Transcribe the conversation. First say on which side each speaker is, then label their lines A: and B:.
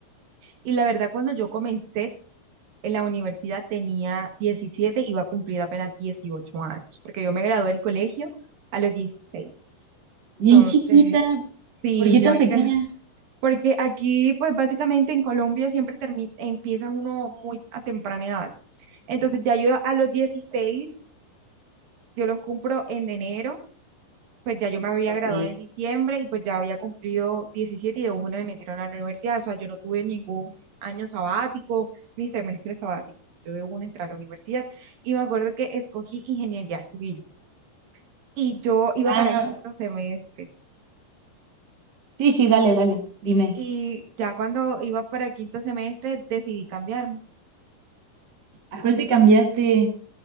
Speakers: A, on the right; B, on the right.
A: y la verdad cuando yo comencé en la universidad tenía diecisiete iba a cumplir apenas 18 años, porque yo me gradué del colegio a los dieciséis
B: Bien
A: Entonces,
B: chiquita,
A: sí,
B: ¿por qué
A: yo
B: tan
A: me...
B: pequeña?
A: ca- Porque aquí, pues básicamente en Colombia siempre termi- empieza uno muy a temprana edad. Entonces ya yo a los dieciséis yo los cumplo en enero pues ya yo me había
B: Ok.
A: graduado en diciembre y pues ya había cumplido 17 y de una me metieron a la universidad. O sea, yo no tuve ningún año sabático ni semestre sabático. Yo de una entré a la universidad y me acuerdo que escogí ingeniería civil y yo iba
B: Ah,
A: para quinto semestre.
B: sí, sí, dale, dale, dime.
A: Y ya cuando iba para quinto semestre decidí cambiarme.
B: ¿A cuál te cambiaste?